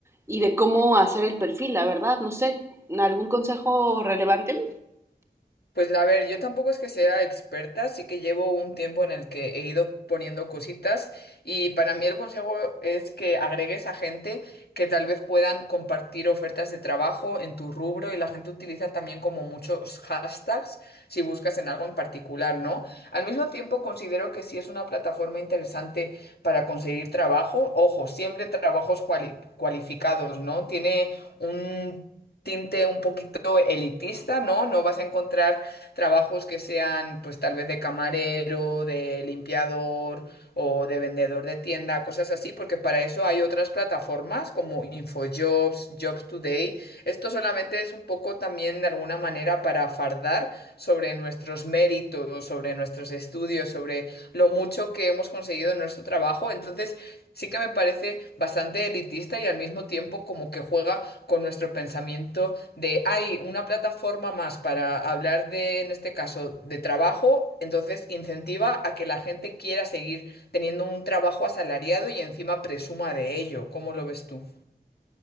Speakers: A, on the right; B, on the left.
A: y de cómo hacer el perfil, la verdad, no sé, ¿algún consejo relevante?
B: Pues a ver, yo tampoco es que sea experta, sí que llevo un tiempo en el que he ido poniendo cositas y para mí el consejo es que agregues a gente que tal vez puedan compartir ofertas de trabajo en tu rubro y la gente utiliza también como muchos hashtags si buscas en algo en particular, ¿no? Al mismo tiempo considero que sí es una plataforma interesante para conseguir trabajo, ojo, siempre trabajos cuali- cualificados, ¿no? Tiene un tinte un poquito elitista, ¿no? No vas a encontrar trabajos que sean pues tal vez de camarero, de limpiador o de vendedor de tienda, cosas así, porque para eso hay otras plataformas como InfoJobs, Jobs Today. Esto solamente es un poco también de alguna manera para fardar sobre nuestros méritos, sobre nuestros estudios, sobre lo mucho que hemos conseguido en nuestro trabajo. Entonces, sí que me parece bastante elitista y al mismo tiempo como que juega con nuestro pensamiento de hay una plataforma más para hablar de, en este caso, de trabajo, entonces incentiva a que la gente quiera seguir teniendo un trabajo asalariado y encima presuma de ello. ¿Cómo lo ves tú?